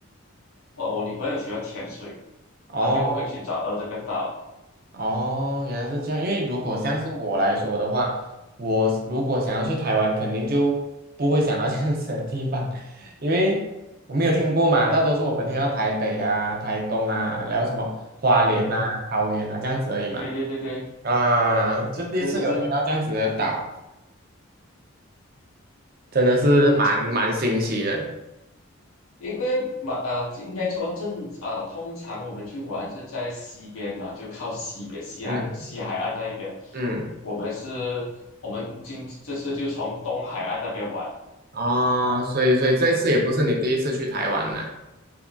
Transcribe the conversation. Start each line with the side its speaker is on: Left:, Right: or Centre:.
Left: 我我女朋友喜欢潜水，
Right: 哦，
Left: 她就会去找到这个岛，
Right: 哦，原来是这样。因为如果像是我来说的话，
Left: 嗯
Right: 我如果想要去台湾，肯定就不会想到这样子的地方，<laughs> 因为我没有听过嘛。大多数我们听到台北啊、台东啊，然后什么花莲啊、
Left: 嗯嗯，
Right: 嗯桃园啊这样子而已嘛。
Left: 对对对对，
Right: 啊，就第一次有听到这样子的岛，
Left: 是是是。
Right: 真的是蛮蛮新奇的。
Left: 嗯，因为嘛，呃，应该说正啊、呃通常我们去玩是在西边嘛，就靠西边西海西海岸那一边。
Right: 嗯嗯，
Left: 我们是，我们今这次就从东海岸那边玩，
Right: 哦，所以所以这一次也不是你第一次去台湾啦，